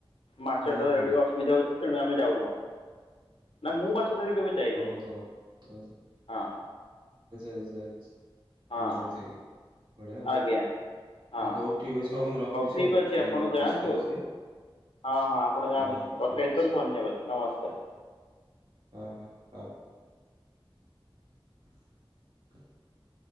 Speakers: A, on the left; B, on the right.
A: ମାଛ
B: ହୁଁ
A: ଧରିଆକୁ
B: ହୁଁ
A: ଟିକେ ଅସୁବିଧା ହଉଛି ତେଣୁ ଆମେ ଯାଉନାହୁଁ, ନା ମୁଁ ମାଛଧରି କେବେ ଯାଇନାହିଁ
B: ଓହୋ ଆଚ୍ଛା
A: ହଁ
B: ଆଚ୍ଛା ଏମିତିଆ
A: ହଁ
B: କଥା କିି। ବଢିଆ ଆଉ
A: ଆଜ୍ଞା ହଁ
B: ହଉ ଠିକ୍ ଅଛି ହଉ ମୁଁ ରଖୁଛି
A: ଠିକ
B: ଆଉ,
A: ଅଛି
B: ଟିକେ
A: ଆପଣ
B: ମୋର
A: ଯାଆନ୍ତୁ
B: ବ୍ୟସ୍ତ ଅଛି।
A: ହଁ ହଁ ଆପଣ ଯାଆନ୍ତୁ,
B: ହଁ
A: କଥା
B: ଠିକ
A: ହେଇଥିବାରୁ
B: ଅଛି
A: ଧନ୍ୟବାଦ ନମସ୍କାର।
B: ହଁ ହ ହଁ। <inaudible>